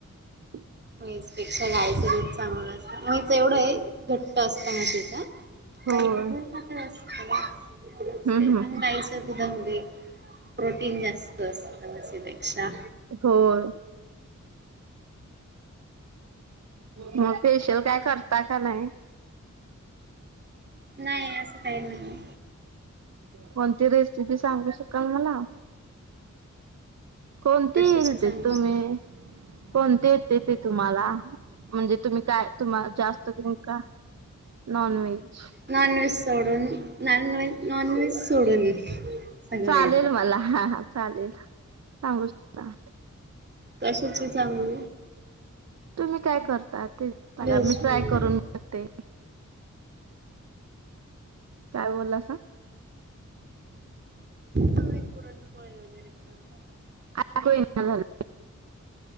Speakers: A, on the right; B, on the right.
A: ह.
B: मचपेक्षा गायचं रूप चांगलं असत म्हच एवढं आहे घट्ट असतं नासेच.
A: होय.
B: दाईचं पण मात्र असत एवढंच
A: हम्म
B: आहे
A: हम्म
B: पण दाईच उुधंगली. प्रोटीन जास्त असतं म्हसीपेक्षा
A: होर. मग फेशियल काय करता का नाही. <inaudible>
B: नाही असं काही नाही.
A: कोणती रेसिपी सांगू शकाल मला कोणती
B: कशाची
A: येईल
B: सांगू
A: ते तुम्ही कोणती? तेेते तुम्हाला म्हणजे तुम्ही काय तुम्हाला जास्त कर का? Non veg.
B: नॉन व्हेज सोडून नन नॉन व्हेज सोडून
A: चालेल
B: येतं
A: मला हा हा चालेल सांगू शकता.
B: कशाच सांगू.
A: तुम्ही काय करता ते स
B: व्हेजमध्ये
A: मी ट्राय करून बघते. काय बोलला.
B: तुम्ही पुरणपोळी वगैरे बनवता का
A: आताना झालं.